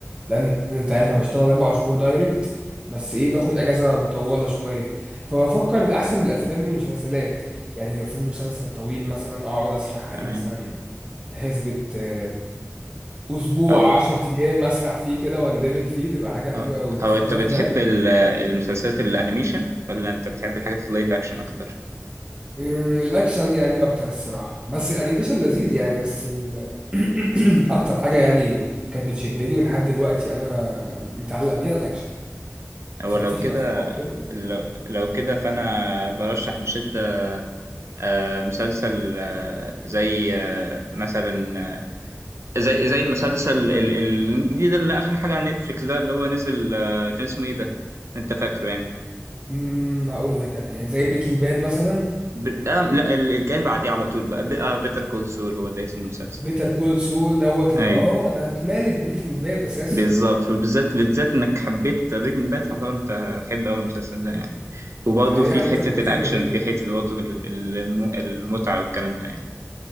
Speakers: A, on the right; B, on the right.
A: لان انت عارف
B: تمام
A: انا بشتغل اربع شهور دايركت بس ايه باخد اجازة مطولة شوية فبفكر الاحسن من الافلام من المسلسلات يعني لو في مسلسل طويل مثلا اقعد اسرح
B: تمام
A: عليه مثلا حسبة آه، اسبوع
B: أو
A: عشر ايام اسرح فيه كده واندمج فيه تبقى حاجة حلوة
B: أو
A: قوي مفيش
B: أو أنت
A: حاجة
B: بتحب
A: في بالك
B: ال- المسلسلات الأنيميشن ولا أنت بتحب الحاجات اللايف أكشن أكتر؟
A: مم، الاكشن يعني اكتر الصراحه بس الانيميشن لذيذ يعني بس ال... <clears throat> اكتر حاجه يعني كانت بتشدني ولحد دلوقتي انا متعلق بيها الاكشن فمفيش
B: هو لو كده
A: افكار كده
B: لو, لو كده فأنا برشح بشدة آه، مسلسل آه، زي آه، مثلا آه، زي زي مسلسل ال- ال- الجديد اللي آخر حاجة على نتفليكس ده اللي هو نزل آه، كان اسمه إيه ده؟ أنت فاكره يعني؟
A: امم هقول لك انا يعني زي بريكنج باد مثلا
B: ب... آه لا الجاي بعديه على طول بقى بقى بيتر كول سول هو ده اسم المسلسل
A: بيتر كول سول دوت اللي
B: أيوه
A: اه ده كمالة بريكنج باد اساسا
B: بالظبط وبالذات بالذات انك حبيت بريكنج باد فطبعا انت هتحب قوي المسلسل ده يعني وبرضه
A: الحقيقه
B: في
A: بيتر
B: حتة
A: كول
B: الأكشن
A: سول جميل
B: في حتة برضه ال- ال- الم- المتعة والكلام ده يعني